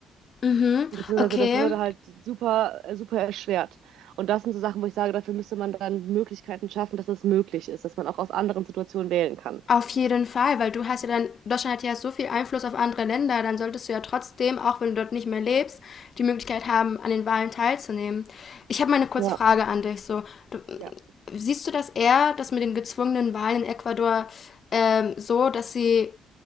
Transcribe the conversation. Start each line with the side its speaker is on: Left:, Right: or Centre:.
Left: Mhm.
Right: Beziehungsweise
Left: Okay,
Right: das würde halt super, äh, super erschwert. Und das sind so Sachen, wo ich sage, dafür müsste man dann Möglichkeiten schaffen, dass es möglich ist, dass man auch aus anderen Situationen wählen kann.
Left: Auf jeden Fall, weil du hast ja dann, Deutschland hat ja so viel Einfluss auf andere Länder, dann solltest du ja trotzdem, auch wenn du dort nicht mehr lebst, die Möglichkeit haben, an den Wahlen teilzunehmen. Ich habe mal eine kurze
Right: Ja.
Left: Frage an dich. So, du,
Right: Ja.
Left: siehst du das eher, dass mit den gezwungenen Wahlen in Ecuador ähm, so, dass sie